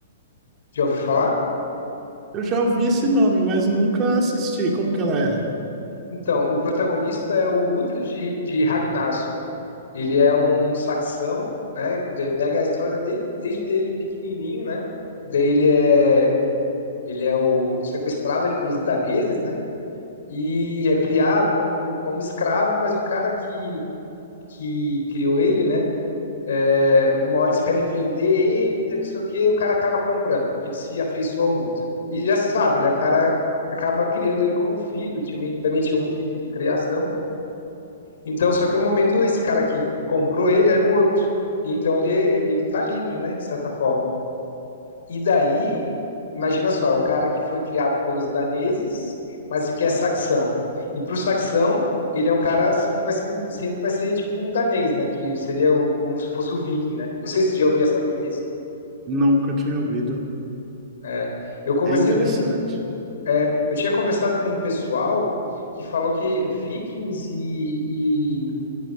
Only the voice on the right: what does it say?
Eu já ouvi esse nome, mas nunca assisti. Como que ela é?
Nunca tinha ouvido.
É interessante.